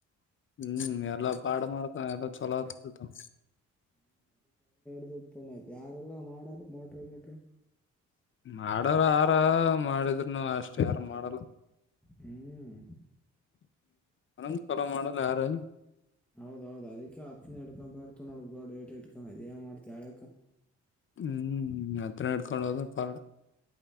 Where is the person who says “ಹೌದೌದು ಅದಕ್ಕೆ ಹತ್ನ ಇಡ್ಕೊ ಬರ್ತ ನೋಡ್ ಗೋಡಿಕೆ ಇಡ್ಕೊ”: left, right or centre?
Centre